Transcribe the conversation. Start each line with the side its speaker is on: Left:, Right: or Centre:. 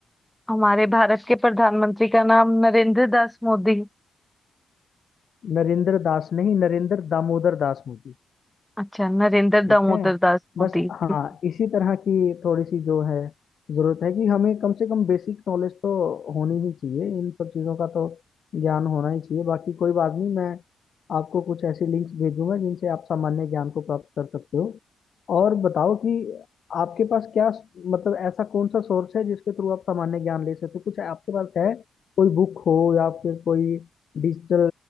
Centre: हमारे भारत के प्रधानमंत्री का नाम नरेंद्र दास मोदी
Left: नरेंद्र दास नहीं नरेंद्र दामोदर दास मोदी
Centre: अच्छा नरेंद्र
Left: ठीक
Centre: दामोदर
Left: है
Centre: दास
Left: बस
Centre: मोदी ठीक
Left: हाँ इसी तरह की थोड़ी सी जो है जरूरत है कि हमें कम से कम बेसिक नॉलेज तो होनी ही चाहिए इन सब चीज़ों का तो ज्ञान होना ही चाहिए बाकी कोई बात नहीं मैं आपको कुछ ऐसी लिंक्स भेजूंगा जिनसे आप सामान्य ज्ञान को प्राप्त कर सकते हो और बताओ कि आपके पास क्या मतलब ऐसा कौन सा सोर्स है जिसके थ्रू आप सामान्य ज्ञान ले सकते हो कुछ आपके पास है कोई बुक हो या फिर कोई डिजिटल